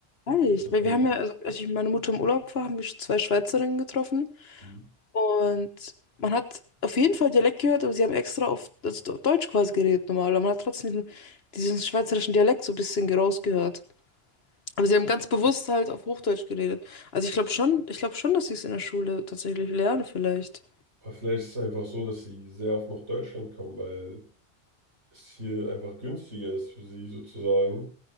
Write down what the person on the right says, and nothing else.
mit den
Eltern?
Mhm.
Oder vielleicht ist es einfach so, dass Sie sehr oft nach Deutschland kommen, weil es hier einfach günstiger ist für Sie sozusagen.